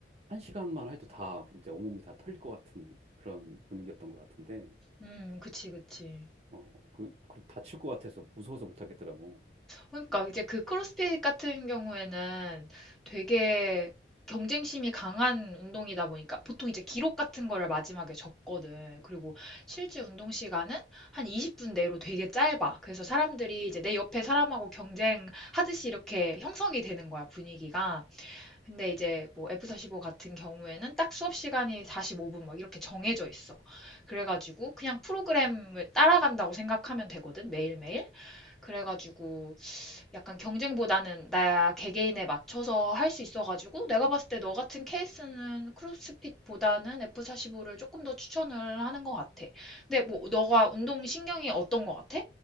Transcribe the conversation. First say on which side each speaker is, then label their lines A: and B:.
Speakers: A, on the right; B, in the centre.
A: 한 시간만 해도 다 진짜 온몸이 다 털릴 것 같은 그런 분위기였던 것 같은데
B: 음, 그치, 그치.
A: 어, 그, 그 다칠 것 같아서 무서워서 못 하겠더라고.
B: 그러니까 이제 그 크로스핏 같은 경우에는 되게 경쟁심이 강한 운동이다 보니까 보통 이제 기록 같은 거를 마지막에 적거든. 그리고 실제 운동 시간은 한 20분 내로 되게 짧아. 그래서 사람들이 이제 내 옆에 사람하고 경쟁하듯이 이렇게 형성이 되는 거야, 분위기가. 근데 이제 뭐 F45 같은 경우에는 딱 수업 시간이 45분 막 이렇게 정해져 있어. 그래가지고 그냥 프로그램을 따라간다고 생각하면 되거든, 매일매일. 그래가지고 약간 경쟁보다는 나 개개인에 맞춰서 할 수 있어가지고 내가 봤을 때 너 같은 케이스는 크로스핏보다는 F45를 조금 더 추천을 하는 것 같아. 근데 뭐 너가 운동 신경이 어떤 것 같아?